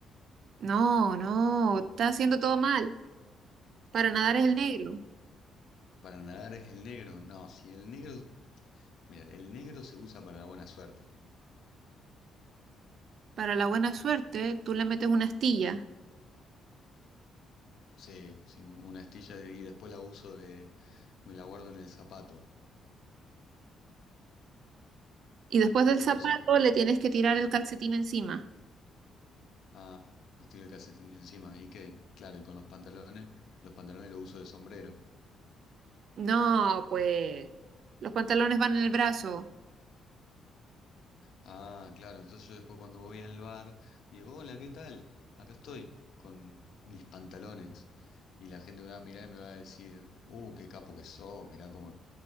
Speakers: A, on the right (about 65°); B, on the left (about 70°).
A: No, no, está haciendo todo mal. Para nadar es el negro.
B: Para nadar es el negro. No, si el negro, mira, el negro se usa para la buena suerte.
A: Para la buena suerte, tú le metes una astilla.
B: Sí, sí, una astilla y después la uso de, me la guardo en el zapato.
A: Y después del
B: Yo
A: zapato
B: a veces,
A: le tienes que tirar el calcetín encima.
B: ah, le tiro el calcetín encima. ¿Y qué? Claro, y con los pantalones, los pantalones los uso de sombrero.
A: No, pues los pantalones van en el brazo.
B: Ah, claro, entonces yo después cuando voy al bar, digo, hola, ¿qué tal? Acá estoy con mis pantalones. Y la gente me va a mirar y me va a decir, uh, qué capo que sos, mirá cómo,